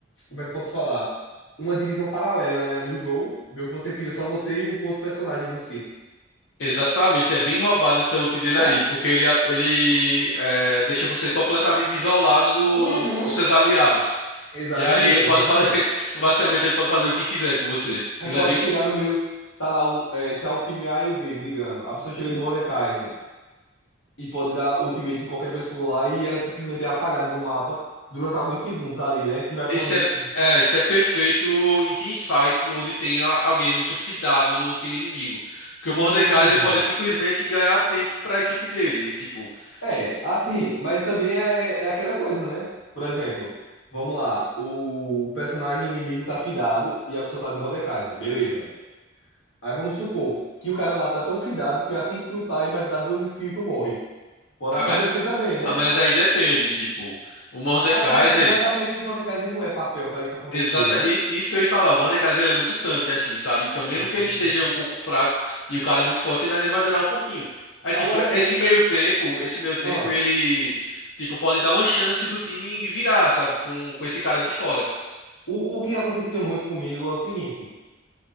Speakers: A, on the left; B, on the left.
A: como é que eu posso falar? Uma divisão paralela, né? No jogo, meio que você fica só você e o outro personagem no si,
B: Exatamente, é bem roubado essa ult dele
A: né?
B: aí, porque ele, ele é, deixa você completamente isolado do-
A: Uhum.
B: do- dos seus aliados.
A: Exatamente,
B: E aí ele
A: exatamente.
B: pode fazer, <laughs> basicamente ele pode fazer o que quiser com você.
A: Aí
B: Ele
A: pode
B: é bem,
A: chegar no meio, tá lá o, é, tá o time A e o B brigando. A pessoa chega de Mordekaiser e pode dar ultimate em qualquer pessoa lá e ela simplesmente é apagada no mapa durante alguns segundos ali, né? Que vai pra
B: isso
A: uma. divi-
B: é, é, isso é perfeito em teamfight, onde tem a- alguém muito fidado no time inimigo. Porque
A: Hum,
B: o Mordekaiser ele pode simplesmente ganhar tempo para a equipe dele. E, tipo,
A: é,
B: se,
A: assim, mas também é, é aquela coisa, né? Por exemplo, vamos lá, o personagem inimigo tá fidado e a pessoa tá de Mordekaiser, beleza. Aí vamos supor que o cara lá tá tão fidado que assim que tu tá, ele vai te dar duas skills e tu morre. Pode
B: ah,
A: acontecer
B: mas,
A: também, né?
B: ah, mas aí depende, tipo, o Mordekaiser.
A: Mas até que, mas até que o Mordekaiser ele não é papel pra isso acontecer,
B: Exata,
A: né?
B: e- isso que eu ia falar, o Mordekaiser ele é muito tanque, assim, sabe? Então, mesmo
A: Uhum.
B: que ele esteja um pouco fraco e o cara é muito forte, ele ainda vai durar um pouquinho. Aí,
A: Agora,
B: tipo, esse
A: o,
B: meio tempo, esse meio tempo,
A: ah,
B: ele, tipo, pode dar uma chance do time virar, sabe? Com, com esse cara de fora.
A: o, o que acontecia muito comigo é o seguinte.